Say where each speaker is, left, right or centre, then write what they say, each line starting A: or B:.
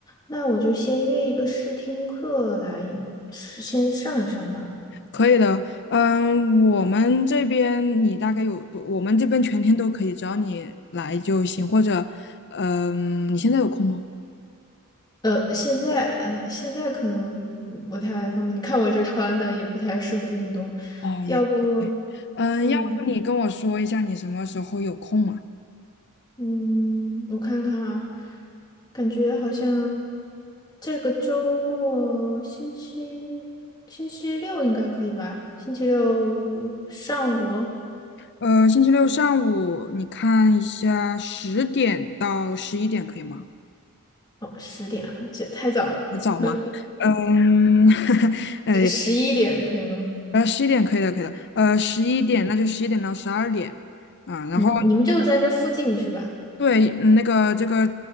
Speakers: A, on the left (about 20°); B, on the left (about 50°).
A: 那我就先约一个试听课来试先上一上吧。
B: 可以的，嗯，我们这边你大概有多？我们这边全天都可以，只要你来就行。或者，嗯，你现在有空吗？
A: 呃，现在呃，现在可能不不太方便。你看我这穿的也不太适合运动，
B: 哦，
A: 要不，
B: 也对，嗯，
A: 嗯
B: 要不你跟我说一下你什么时候有空嘛？
A: 嗯，我看看啊，感觉好像这个周末星期星期六应该可以吧？星期六上午哦
B: 呃，星期六上午你看一下，十点到十一点可以吗？
A: 十点啊，这也太早了，
B: 很早吗？
A: 呃
B: 嗯，<laughs> 呃
A: 十十一点可以吗？
B: 呃，十一点可以的，可以的。呃，十一点那就十一点到十二点啊，然后。
A: 嗯，你们就在这附近是吧？
B: 对，嗯那个这个